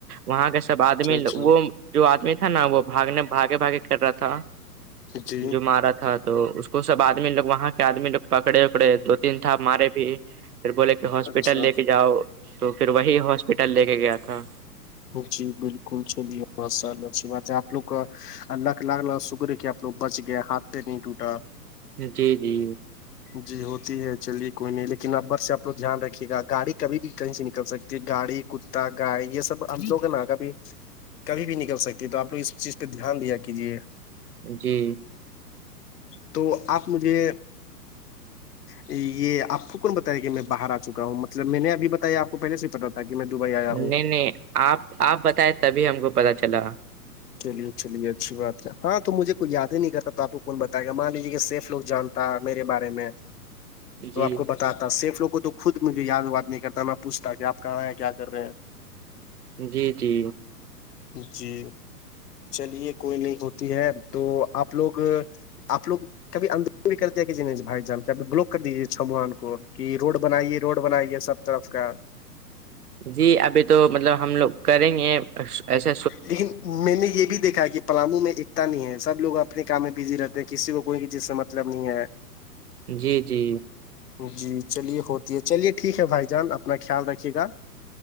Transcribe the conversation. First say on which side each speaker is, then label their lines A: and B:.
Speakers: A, on the right; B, on the left.
A: وہاں کا سب آدمی
B: اچھا
A: وہ جو آدمی تھا نا وہ بھاگنے بھاگے بھاگے کر رہا تھا
B: جی
A: جو مارا تھا تو اس کو سب آدمی لوگ وہاں کے آدمی لوگ پکڑے پڑے دو تین تھا مارے بھی پھر بولے کہ ہاسپٹل
B: اچھا
A: لے کے جاؤ تو پھر وہی ہاسپٹل لے کے گیا تھا
B: جی بالکل چلی سرچ م آپ لو کا اللہگ لگ لگ سکریے کہ آ لگ بچ گئے ہاتھ پہ نہیں ٹوٹا
A: جی جی
B: جی ہوتی ہے چلیے کوئی نہیں لیکن ابر سے آپ ل دھیان رکھیے گا گاڑی کبھی بھی کہیں سے نکل سکتی گاڑی کتا گائے یہ سب آپ لوگ ہیں نا کبھی کبھی بھی نکل سکتی ہے تو آپ لوگ اس چیز پہ دھیان دیا کیجیے
A: جی
B: تو آپ مجھے یہ آپ کون بتایا کہ میں باہر آ چکا ہوں مطلب میں نے ابھی بتایا آپ کو پہلے سے پتا تھا کہ میں دبئی آیا ہوں
A: نہیں نہیں آپ آپ بتائے تبھی ہم کو پتا چلا
B: چلیے چلیے اچھی بات ہے ہاں تو مجھے کوئی یاد ہی نہیں کرتا تو آپ کون بتائے گا مان لیجیے کہ سیف لوگ جانتے میرے بارے میں تو
A: جی
B: آپ کو بتاتا سیف لوگوں تو خود مجھے یاد وات نہیں کرتا میں پوچھتا کہ آپ کہاں ہیں کیا کر رہے ہیں
A: جی جی
B: جی چلیے کوئی نہیں ہوتی ہے تو آپ لوگ آپ لوگ کبھی اندرو بھی کرتے کہ ج بھائی جان بلوک کر دیجیے چھوان کو کہ روڈ بنائیے روڈ بنائیے سب نمسکار
A: جی ابھی تو مطلب ہم لوگ کریں گے ا ایسے
B: لیکن میں نے یہ بھی دیکھا کہ پلامو میں ایکتا نہیں ہے سب لوگ اپنے کام میں بزی رہتے ہیں کسی کو کوئی بھی چیز سے مطلب نہیں ہے
A: جی جی
B: جی چلیے ہوتی ہے چلیے ٹھیک ہے بھائی جان اپنا خیال رکے گا